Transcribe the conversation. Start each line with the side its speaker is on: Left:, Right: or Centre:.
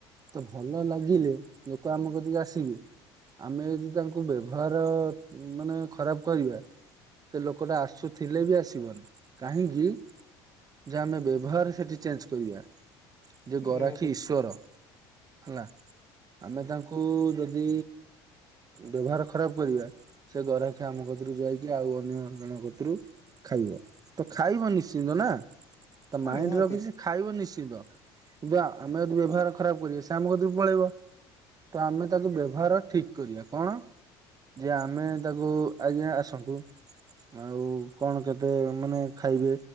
Right: ତ ଭଲ ଲାଗିଲେ ଲୋକ ଆମ କ ତିକି ଆସିବେ ଆମେ ଯଦି ତାଙ୍କୁ ବ୍ୟବହାର ମାନେ ଖରାପ କରିବା ସେ ଲୋକଟା ଆସୁଥିଲେ ବି ଆସିବନି କାହିଁକି ଯେ ଆମେ ବ୍ୟବହାର ସେଠି ଚେଞ୍ଜ କରିବା। ଯେ ଗରାଖୀ
Left: ନିହାତି
Right: ଈଶ୍ଵର। ହେଲା ଆମେ ତାଙ୍କୁ ଯଦି ବ୍ୟବହାର ଖରାପ କରିବା ସେ ଗରା ଆମ କତରୁ ଯାଇକି ଆଉ ଅନ୍ୟ ଜଣଙ୍କ କତରୁ ଖାଇବ ତ ଖାଇବ ନିଶ୍ଚିନ୍ତ ନା ତା
Left: ହଁ
Right: ମାଇଣ୍ଡରେ
Left: ନିହାତି
Right: ରଖିଛି ଖାଇବ ନିଶ୍ଚିନ୍ତ ଯ ଆମେ ଯଦି ବ୍ୟବହାର ଖରାପ କରିବେ ସେ ଆମକୁ ଦ ପଳେଇବ ତ ଆମେ ତାକୁ ବ୍ୟବହାର ଠିକ କରିବା କଣ ଯେ ଆମେ ତାକୁ ଆଜ୍ଞା ଆସନ୍ତୁ ଆଉ କଣ କେତେ ମାନେ ଖାଇବେ